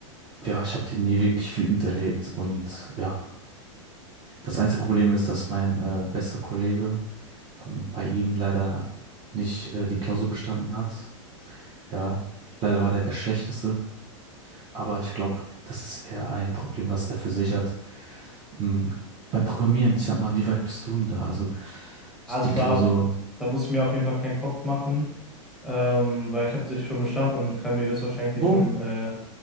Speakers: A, on the right; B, in the centre.
A: ja, ich habe den nie wirklich wütend erlebt und ja, das einzige Problem ist, dass mein äh, bester Kollege ähm, bei ihm leider nicht äh, die Klausur bestanden hat. Ja, leider war der der Schlechteste, aber ich glaube, das ist eher ein Problem, was er für sich hat. Hm, Beim Programmieren, ich sag mal, wie weit bist du denn da? Also
B: Also
A: ich- die Klausuren.
B: da, da muss ich mir auf jeden Fall keinen Kopf machen, ähm, weil ich habe das schon bestanden und kann mir höchstwahrscheinlich
A: Oh,
B: schon äh,